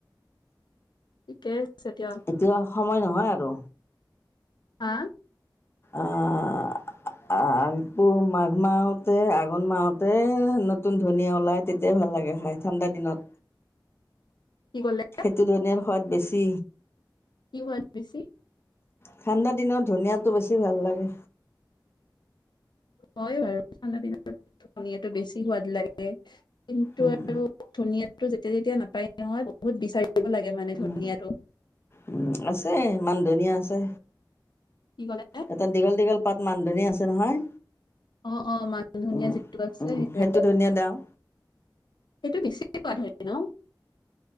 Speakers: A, on the left (about 65°); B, on the left (about 30°).
A: তাকে যেতিয়াই
B: এতিয়া সময় নহয় আৰু
A: হাঁ
B: আঁহ আঁহ পুহ মাঘ মাহতে আঘোণ মাহতে নতুন ধনীয়া ওলাই তেতিয়াই ভাল লাগে খাই ঠাণ্ডা দিনত
A: কি কলে
B: সেই তো ধনীয়াৰ সোৱাদ বেছি
A: কি সোৱাদ বেছি
B: ঠাণ্ডা দিনত ধনীয়াটো বেছি ভাল লাগে
A: হয় বাৰু ঠাণ্ডা দিন ধনীয়াটো বেছি সোৱাদ লাগে কিন্তু
B: উম
A: আৰু ধুনীয়া তো যেতিয়া যেতিয়া নাপায় নহয় বহুত বিচাৰিব লাগে মানে ধনিয়াটো
B: উম উম আছে মান ধনীয়া আছে ছে
A: কি ক'লে
B: এটা দীঘল দীঘল পাত মানধনীয়া আছে নহয়
A: অঁ অঁ মান ধনীয়া
B: উম
A: যিটো আছে
B: উম
A: সেইটোৱে
B: সেইটো ধনিয়া দাম
A: সেইটো বেছি সোৱাদ হয় ন